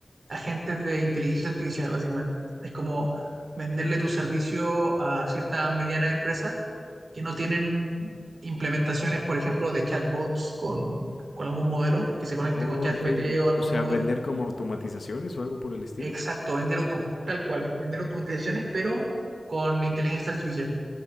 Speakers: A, on the right; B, on the left.
A: agentes de inteligencia artificial, básicamente. Es como venderle tu servicio a ciertas medianas empresas que no tienen implementaciones, por ejemplo, de chatbots con, con algún modelo que se conecte
B: Oh,
A: con ChatGPT
B: ok.
A: o algún
B: O sea,
A: otro modelo.
B: vender como automatizaciones o algo por el estilo.
A: Exacto, vender autom- tal cual, vender automatizaciones, pero con inteligencia artificial